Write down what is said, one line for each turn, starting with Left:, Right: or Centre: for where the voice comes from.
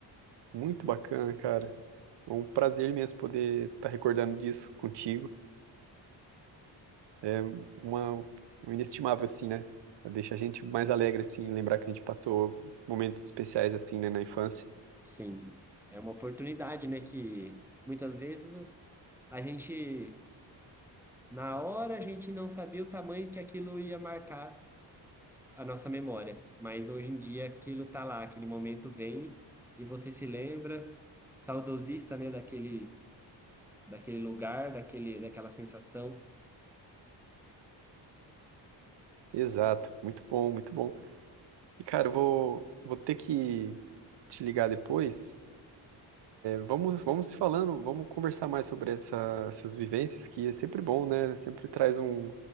Right: muito bacana, cara. É um prazer mesmo poder estar recordando disso contigo. É uma, um inestimável, assim, né? Deixa a gente mais alegre, assim, lembrar que a gente passou momentos especiais, assim, né, na infância.
Centre: Sim, é uma oportunidade, né, que muitas vezes a gente, na hora, a gente não sabia o tamanho que aquilo ia marcar a nossa memória, mas hoje em dia aquilo tá lá, aquele momento vem e você se lembra, saudosista, né, daquele, daquele lugar, daquele, daquela sensação.
Right: Exato, muito bom, muito bom. E, cara, eu vou, vou ter que te ligar depois. Vamos, vamos se falando, vamos conversar mais sobre essa- essas vivências, que é sempre bom, né? Sempre traz um,